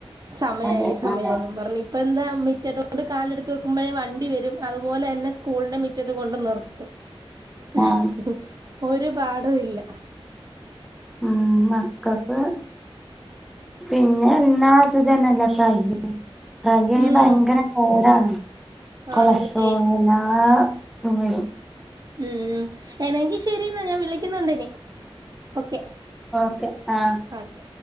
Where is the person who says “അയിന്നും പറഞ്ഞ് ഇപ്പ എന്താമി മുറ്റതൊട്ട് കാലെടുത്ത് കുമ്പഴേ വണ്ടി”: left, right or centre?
Right